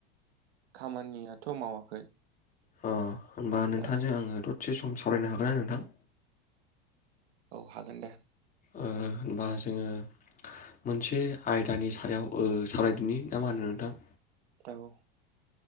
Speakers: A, on the right; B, on the left.
A: खामानियाथ मावाखै।
B: <inaudible> होमबा नोंथांजों
A: ओ
B: आङो द से सम सावरायनो हागोनना नोंथां।
A: औ हागोन दे।
B: ओ होनबा जोङो मोनसे आयदानि सायाव ओ सावरायदिनि ना मा होनो नोंथां
A: जागौ